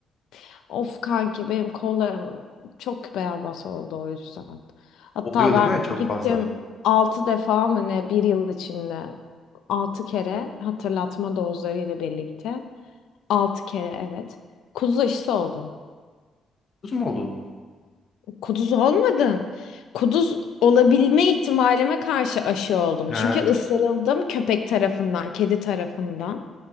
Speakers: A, on the left (about 85°); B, on the left (about 45°).
A: <laughs> Of kanki benim kollarım çok beyaz oldu o yüzden. Hatta
B: Oluyor
A: ben
B: değil mi? Çok
A: gittim
B: fazla.
A: 6 defa mı ne bir yıl içinde 6 kere hatırlatma dozlarıyla birlikte 6 kere evet. Kuduz aşısı oldum.
B: Kız mı oldun?
A: Kuduz olmadım. Kuduz olabilme ihtimalime karşı aşı oldum.
B: He.
A: Çünkü ısırıldım köpek tarafından, kedi tarafından.